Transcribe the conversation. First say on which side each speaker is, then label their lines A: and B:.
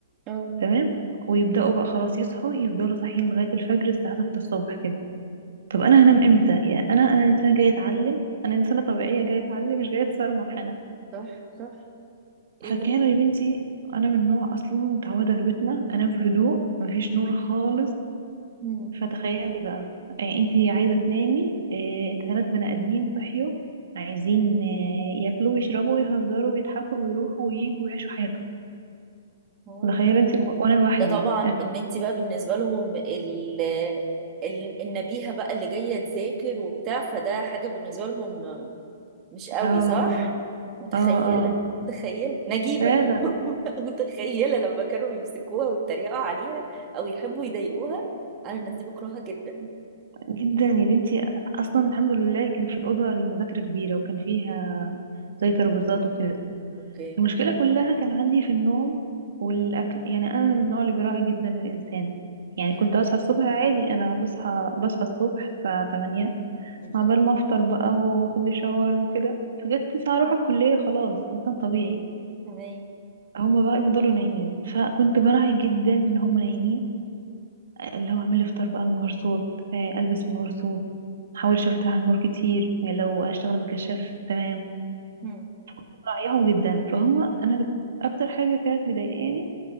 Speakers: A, on the right; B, on the right.
A: اه
B: تمام ويبدأوا بقى خلاص يصحوا يفضلوا صاحيين لغاية الفجر الساعة 6 الصبح كده طب أنا هنام إمتى؟ يا أنا أنا إنسانة جاية أتعلم أنا إنسانة طبيعية جاية أتعلم مش جاية أتسرمح
A: صح صح ايه
B: فكانوا
A: ده
B: يا بنتي انا من نوع اصلا متعوده في بيتنا انام في هدوء مفيش نور خالص
A: مم.
B: فتخيلي بقى آه، انتي عايزه تنامي ثلاث بني ادمين صحيوا عايزين آه، ياكلوا ويشربوا ويهزروا ويضحكوا ويروحوا وييجوا ويعيشوا حياتهم
A: موري
B: تخيلي انتي الو- وانا لوحدي
A: ده طبعا
B: انا
A: ان انت بقى بالنسبه لهم ال ال- النبيهة بقى اللي جاية تذاكر وبتاع فده حاجة بالنسبة لهم مش قوي
B: اه
A: صح؟
B: اه
A: متخيلة
B: اه اه
A: متخيلة نجيبة
B: فعلا
A: <laughs> متخيلة لما كانوا يمسكوها ويتريقوا عليها أو يحبوا يضايقوها أنا الناس دي بكرهها جدا
B: جدا يا بنتي اصلا الحمد لله كان في اوضه للمذاكره كبيره وكان فيها زي ترابيزات وكده
A: اوكي
B: المشكلة كلها كان عندي في النوم والأكل يعني أنا من النوع اللي بيراعي جدا الإنسان يعني
A: امم
B: كنت أصحى الصبح عادي أنا بصحى بصحى الصبح الساعة تمانية
A: اوكي
B: مع بال ما أفطر بقى وأخد لي شاور وكده فجت تسعة أروح الكلية خلاص إنسان طبيعي
A: تمام
B: هما بقى يفضلوا نايمين فكنت براعي جدا إن هما نايمين اللي هو أعمل إفطار بقى من غير صوت آه، ألبس من غير صوت محاولش أفتح النور كتير آه، لو أشتغل بكشاف تمام
A: امم
B: فكنت مراعياهم جدا فهم أنا أكتر حاجة كانت مضايقاني